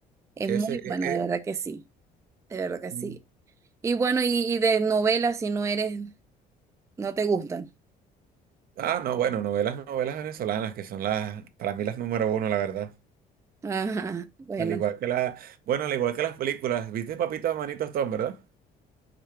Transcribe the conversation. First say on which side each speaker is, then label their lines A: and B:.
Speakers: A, on the right; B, on the right.
A: Es
B: S,
A: muy
B: E,
A: buena,
B: E.
A: de verdad que sí. De verdad que sí.
B: Mm.
A: Y bueno, y, y de novelas, si no eres, no te gustan.
B: Ah, no, bueno, novelas, novelas venezolanas, que son las, para mí las número uno, la verdad.
A: <laughs> Ajá, bueno,
B: Al igual que la, bueno, al igual que las películas. ¿Viste Papito Manito Stone, verdad?